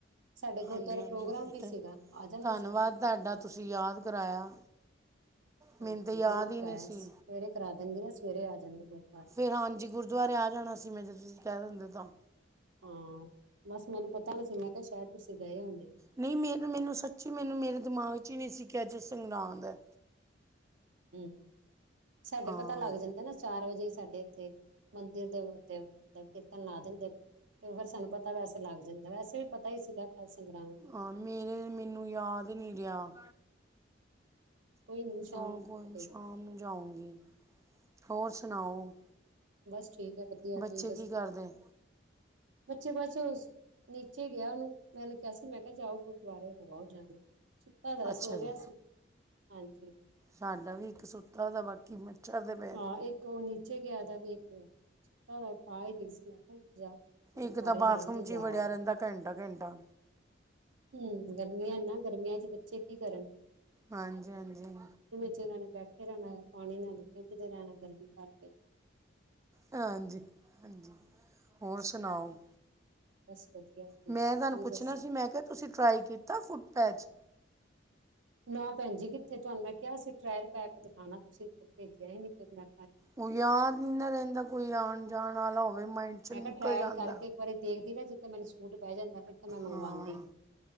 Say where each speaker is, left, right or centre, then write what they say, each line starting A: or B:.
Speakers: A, on the right (about 80°); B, on the right (about 15°).
A: ਸਾਡੇ ਗੁਰਦੁਆਰਾ
B: ਹਾਂਜੀ ਹਾਂਜੀ
A: ਪ੍ਰੋਗਰਾਮ ਵੀ
B: ਤੇ
A: ਸੀਗਾ, ਆ ਜਾਣਾ
B: ਧੰਨਵਾਦ
A: ਸੀਗਾ।
B: ਤੁਹਾਡਾ ਤੁਸੀਂ ਯਾਦ ਕਰਾਇਆ ਮੈਨੂੰ
A: ਹਾਂਜੀ,
B: ਤਾਂ ਯਾਦ
A: ਲੇਟ ਕਰਾਇਆ
B: ਹੀ ਨਹੀਂ ਸੀ
A: ਸਵੇਰੇ ਕਰਾ ਦਿੰਦੀ ਆ ਸਵੇਰੇ ਆ ਜਾਂਦੀ ਗੁਰੂਦਵਾਰੇ
B: ਫਿਰ ਹਾਂਜੀ ਗੁਰਦੁਆਰੇ ਆ ਜਾਣਾ ਸੀ ਮੈਂ, ਜੇ ਤੁਸੀਂ ਕਹਿ ਦਿੰਦੇ ਤਾਂ।
A: ਹਾਂ, ਬਸ ਮੈਨੂੰ ਪਤਾ ਨੀ ਸੀ ਮੈਂ ਕਿਹਾ, ਸ਼ਾਇਦ ਤੁਸੀਂ ਗਏ ਹੋਦੇ ਹੋ।
B: ਨਹੀਂ, ਮੇ ਮੈਨੂੰ ਸੱਚੀ ਮੈਨੂੰ ਮੇਰੇ ਦਿਮਾਗ ਚ ਹੀ ਨਹੀਂ ਸੀ ਖਿਆ ਜੋ ਸੰਗਰਾਦ ਹੈ।
A: ਹੂੰ, ਸਾਡੇ
B: ਹਾਂ
A: ਪਤਾ ਲੱਗ ਜਾਂਦਾ ਨਾ ਚਾਰ ਵਜੇ ਹੀ ਸਾਡੇ ਇੱਥੇ ਮੰਦਿਰ ਦੇ ਉੱਤੇ ਕੀਰਤਨ ਲਾ ਦਿੰਦੇ। ਤੇ ਉਹ ਫਿਰ ਸਾਨੂੰ ਪਤਾ ਵੈਸੇ ਲੱਗ ਜਾਂਦਾ, ਵੈਸੇ ਵੀ ਪਤਾ ਹੀ ਸੀਗਾ ਕੱਲ ਸੰਗਰਾਮ ਏ।
B: ਹਾਂ, ਮੇਰੇ ਮੈਨੂੰ ਯਾਦ ਨਹੀਂ ਰਿਹਾ।
A: ਕੋਈ ਨੀ ਸ਼ਾਮ
B: ਜਾਣ
A: ਨੂੰ ਮੱਥਾ
B: ਕੋਈ
A: ਟੇਕ
B: ਸ਼ਾਮ ਨੂੰ ਜਾਊਂਗੀ, ਹੋਰ ਸੁਣਾਓ।
A: ਬਸ ਠੀਕ ਹੈ ਵਧੀਆ
B: ਬੱਚੇ
A: ਤੁਸੀਂ ਦੱਸੋ,
B: ਕੀ ਕਰਦੇ
A: ਬੱਚੇ ਬਸ। ਨੀਚੇ ਗਿਆ ਉਹਨੂੰ, ਮੈਂ ਕਿਹਾ ਉਸਨੂੰ ਮੈਂ ਕਿਹਾ ਜਾਓ ਗੁਰਦੁਆਰੇ ਹੋ ਆਓ ਜਾਦਿਂਆ। ਦਾਦਾ
B: ਅੱਛਾ
A: ਸੋ
B: ਜੀ
A: ਗਿਆ ਸੀ, ਹਾਂਜੀ।
B: ਸਾਡਾ ਵੀ ਇੱਕ ਸੁੱਤਾ ਦਾ ਬਾਕੀ। ਮੱਛਰਦੇ ਪਏ
A: ਹਾਂ, ਇੱਕ ਉਹ ਨੀਚੇ ਗਿਆ ਤ ਵੀ ਇੱਕ ਸੁੱਤਾ ਪਾ ਗਈ ਸੀ ਮੈਂ ਕਿਹਾ ਜਾ। ਗੁਰਦੁਆਰੇ
B: ਇੱਕ ਤਾਂ ਬਾਥਰੂਮ
A: ਜਾਣਾ ਤੇ
B: ਚ
A: ਜਾਓ
B: ਹੀ ਵੜਿਆ ਰਹਿੰਦਾ ਘੰਟਾ -ਘੰਟਾ
A: ਹੂੰ, ਗਰਮੀਆਂ ਨਾ ਗਰਮੀਆਂ ਚ ਬੱਚੇ ਕੀ ਕਰਨ।
B: ਹਾਂਜੀ-ਹਾਂਜੀ,
A: ਵਿਚ ਉਹਨਾਂ ਨੇ ਬੈਠੇ ਰਹਿਣਾ ਪਾਣੀ ਨਾਲ ਖੇਡਦੇ ਰਹਿਣਾ ਗਰਮੀ ਕਰਕੇ
B: ਹਾਂਜੀ- ਹਾਂਜੀ ਹੋਰ ਸੁਣਾਓ-
A: ਬਸ ਵਧੀਆ- ਠੀਕ
B: ਮੈ
A: ਹੈ
B: ਤੁਹਾਨੂੰ
A: ਤੁਸੀਂ
B: ਪੁੱਛਣਾ
A: ਦੱਸੋ
B: ਸੀ ਮੈ ਕਿਹਾ ਤੁਸੀ ਟਰਾਈ ਕੀਤਾ ਫੁੱਟ ਪੈਚ
A: ਨਾ ਭੈਣ ਜੀ ਕਿੱਥੇ ਤੁਹਾਨੂੰ ਮੈਂ ਕਿਹਾ ਸੀ ਟ੍ਰਾਇਲ ਪੈਕ ਦਿਖਾਉਣਾ ਤੁਸੀਂ ਭੇਜਿਆ ਹੀ ਨ ਫਿਰ ਮੈ
B: ਉਹ ਯਾਦ ਨਹੀ ਰਹਿੰਦਾ ਕੋਈ ਆਉਣ- ਜਾਣ ਵਾਲਾ ਹੋਵੇ ਮਾਈਂਡ 'ਚ ਨਿਕਲ
A: ਮੈ ਕਿਹਾ ਟਰਾਇਲ
B: ਜਾਂਦਾ
A: ਕਰਕੇ ਇੱਕ ਵਾਰੀ ਦੇਖਦੀ ਨਾ ਜੇ ਮੈਨੂੰ ਸੂਟ ਬਹਿ ਜਾਂਦਾ ਤਾਂ ਮੈ ਮੰਗਵਾਉਦੀ
B: ਹਾਂ